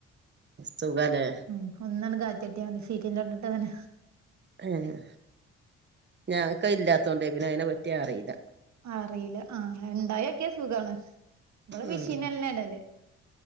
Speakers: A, on the right; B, on the right.
A: സുഖാലേ
B: ഉമ് ഒന്നാണ് കാറ്റ്ട്ടിയ മതി സീറ്റിന്റെ തൊട്ടിട്ട തന്നെ
A: ഉമ് ഞങ്ങക്ക് ഇല്ലാത്തോണ്ടേ പിന്നെ അതിനെ പറ്റി അറിയില്ല
B: അറിയില്ല ആഹ് ഇണ്ടായി ഒക്കിയ സുഖാണ് ഇവിടെ
A: ഉം
B: മിഷീന എല്ലാം ഇടല്